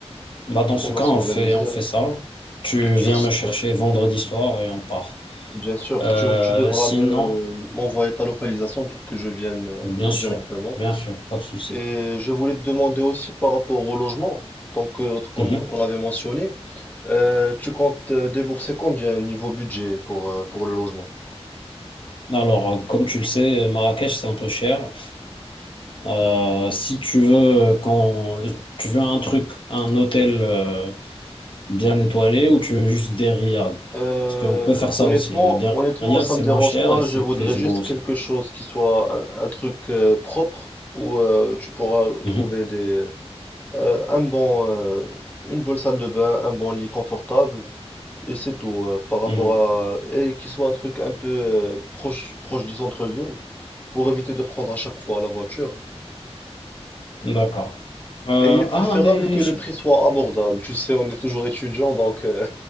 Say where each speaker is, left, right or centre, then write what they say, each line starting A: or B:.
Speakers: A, on the left; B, on the left.
A: Bah, dans
B: Donc
A: ce
B: on va
A: cas,
B: s'organiser.
A: on fait, on fait ça. Tu viens
B: Ça se
A: me chercher vendredi soir et on part.
B: Bien sûr,
A: Euh,
B: tu, tu devras
A: sinon,
B: me m'envoyer ta localisation pour que je vienne euh,
A: bien
B: directement.
A: sûr, bien sûr, pas de souci.
B: Et je voulais te demander aussi par rapport au logement, tant que qu'on
A: Mhm.
B: qu'on l'avait mentionné, euh, tu comptes euh, débourser combien niveau budget pour, euh, pour le logement?
A: Alors, euh, comme tu le sais, Marrakech, c'est un peu cher. Euh, si tu veux, quand tu veux un truc, un hôtel euh, bien étoilé, ou tu veux juste des riads,
B: Euh,
A: parce qu'on peut faire ça
B: honnêtement,
A: aussi. Des
B: honnêtement,
A: riads,
B: ça
A: c'est
B: me dérange
A: moins cher
B: pas.
A: et c'est
B: Je voudrais
A: c'est
B: juste
A: beau aussi.
B: quelque chose qui soit un, un truc euh, propre où euh, tu pourras
A: Mhm.
B: trouver des euh, un bon euh, une bonne salle de bain, un bon lit confortable et c'est tout euh, par rapport
A: Mhm.
B: à et qui soit un truc un peu euh, proche proche du centre-ville. pour éviter de prendre à chaque fois la voiture.
A: D'accord. Euh,
B: Et il est préférable
A: ah, mais
B: que le
A: je
B: prix soit abordable. Tu sais, on est toujours étudiant, donc euh,